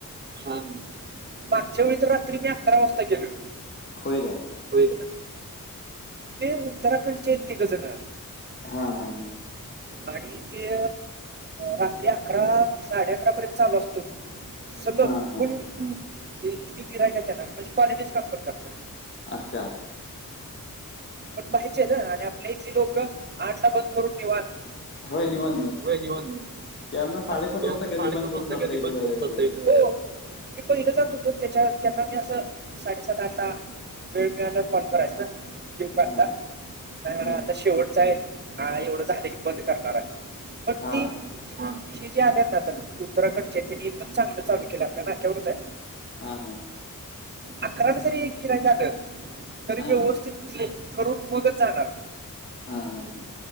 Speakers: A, on the right; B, on the left.
A: हा मागच्या वेळी तर रात्री मी अकरा वाजता गेलेलो
B: होय काय
A: हो ते उत्तराखंडचे आहेत तिघे जण
B: हा, हा, हा
A: आणि ते रात्री अकरा साडे अकरा पर्यंत चालू असतो सलग
B: हा हा
A: फुल इतकी गिराय का त्याना म्हणजे क्वालिटी काम करतात ते
B: अच्छा
A: पण बाहेरची आहे ना आणि आपल्या इथली लोक आठला बंद करून निवांत होय,
B: होय निवांत
A: होय निवांत
B: त्यांना साडेसात
A: हे
B: वाजता
A: आमचा साडे
B: कधी बंद
A: पाच
B: करून
A: वाजता
B: जाता
A: कधी
B: येईल
A: बंद
B: वेळेवर
A: कर बसतय इथं मी पहिलं जात होतो त्याच्या त्यांना मी असं साडेसात आठ ला वेळ मिळाला कॉल करायच ना येऊ का आता
B: हा
A: नाही म्हनायचे
B: मय
A: आता शेवट हा एवढं झालं की बंद करणार आहे मग
B: हा
A: ती जे आल्या आहेत ना उत्तराखंडचे त्यांनी एकदम चांगलं चालू केलंय आपल्या नाक्यावरच आहे
B: हा हा,
A: अकराला जरी एक गिरायिक आलं तरी
B: हा हा
A: व्यवस्थित. <inaudible> करून मगच जाणार
B: हा हा हा,